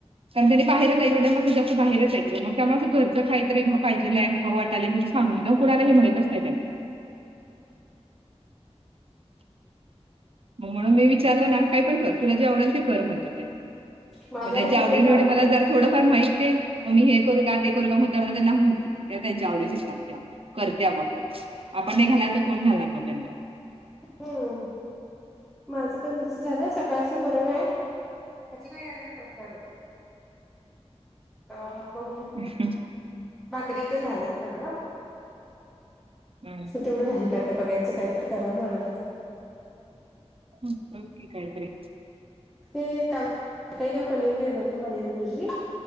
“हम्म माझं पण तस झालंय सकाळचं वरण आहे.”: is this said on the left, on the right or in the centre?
Centre